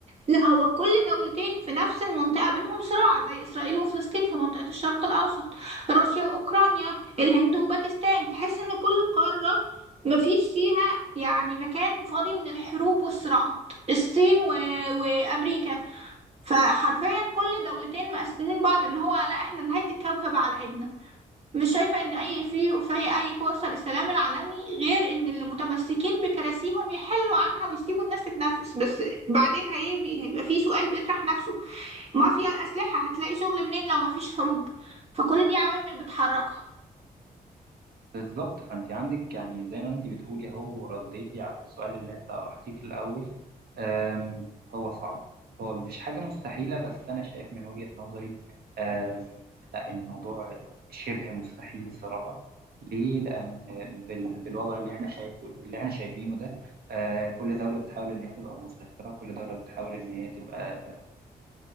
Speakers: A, on the right (about 40°); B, on the right (about 70°).
A: لا هو كل دولتين في نفس المنطقة بينهم صراع زي إسرائيل وفلسطين في منطقة الشرق الأوسط روسيا وأوكرانيا الهند وباكستان تحس إن كل قارة مفيش فيها يعني مكان فاضي من الحروب والصراعات الصين و... وأمريكا فحرفيا كل دولتين مقسمين بعض إن هو لا إحنا نهاية الكوكب على إيدنا مش شايفة إن أي في في أي فرصة للسلام العالمي غير إن اللي متمسكين بكراسيهم يحلوا عنها ويسيبوا الناس تتنفس بس بعدين هيبي هيبقى في سؤال بيطرح نفسه مافيا الأسلحة هتلاقي شغل منين لو مفيش حروب فكل دي عوامل بتحركها
B: بالظبط فانت عندك يعني زي ما انت بتقولي هو رديتي على السؤال اللي انت طرحتيه في الاول أم هو صعب هو مفيش حاجه مستحيله بس انا شايف من وجهه نظري أم لا الموضوع شبه مستحيل الصراحه ليه لان بال- بالوضع اللي احنا شايفه اللي احنا شايفينه ده أه كل دوله بتحاول ان هي تبقى مسيطره كل دوله بتحاول ان هي تبقى